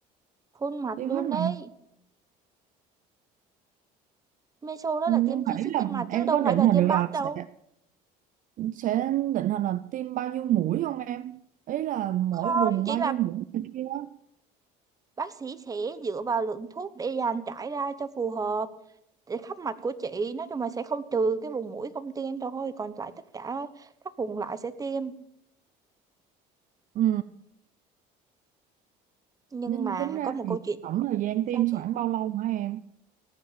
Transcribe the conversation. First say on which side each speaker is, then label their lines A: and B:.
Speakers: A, on the right; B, on the right.
A: phun mặt
B: Tiêm
A: luôn
B: hết mặt
A: đấy meso đó
B: nhưng
A: là tiêm chi
B: mà ý
A: chít
B: là
A: trên mặt
B: em
A: chứ đâu
B: có định
A: phải là
B: hình
A: tiêm
B: được
A: bát
B: là
A: đâu
B: sẽ sẽ định hình là tiêm bao nhiêu mũi không em ý là mỗi
A: không
B: vùng
A: chỉ
B: bao
A: là
B: nhiêu mũi này kia á.
A: bác sĩ sẽ dựa vào lượng thuốc để dàn trải ra cho phù hợp để khắp mặt của chị nói chung là sẽ không trừ cái vùng mũi không tiêm thôi còn lại tất cả các vùng lại sẽ tiêm
B: ừ
A: nhưng
B: nên
A: mà
B: tính ra
A: có một
B: thì
A: câu chuyện
B: tổng thời gian tiêm
A: sao chị
B: khoảng bao lâu hả em